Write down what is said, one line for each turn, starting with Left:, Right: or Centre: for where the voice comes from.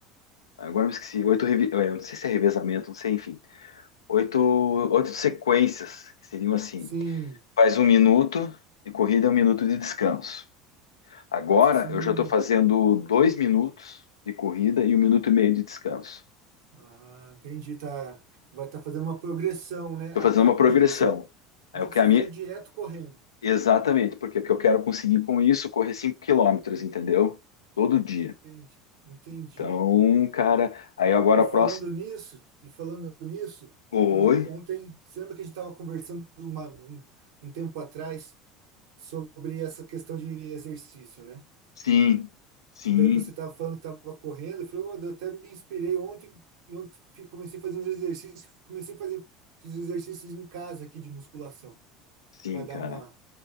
Left: agora eu me esqueci, oito, revi- é, eu não sei se é revezamento, não sei, enfim. Oito, oito sequências, que seriam assim:
Right: Sim,
Left: faz um minuto de corrida e um minuto de descanso. Agora
Right: sim.
Left: eu já estou fazendo dois minutos de corrida e um minuto e meio de descanso.
Right: Ah, entendi, tá. Vai estar fazendo uma progressão, né?
Left: Estou
Right: Até
Left: fazendo uma
Right: um
Left: progressão.
Right: dia que você, um
Left: É
Right: dia
Left: o que
Right: que você
Left: a
Right: fizer
Left: minha.
Right: direto correndo.
Left: Exatamente, porque o que eu quero conseguir com isso, correr 5 quilômetros, entendeu? Todo dia.
Right: Entendi, entendi.
Left: Então, cara, aí agora
Right: E
Left: a
Right: falando
Left: próxima.
Right: nisso, e falando nisso,
Left: Oi?
Right: eu ontem, você lembra que a gente estava conversando uma- um, um tempo atrás? sobre essa questão de exercício, né?
Left: Sim, sim,
Right: Que daí você estava falando que estava correndo, eu falei, "Ô, eu até me inspirei ontem e ontem fi- comecei a fazer uns exercícios, comecei a fazer esses exercícios em casa aqui de musculação,
Left: sim,
Right: para dar
Left: cara.
Right: uma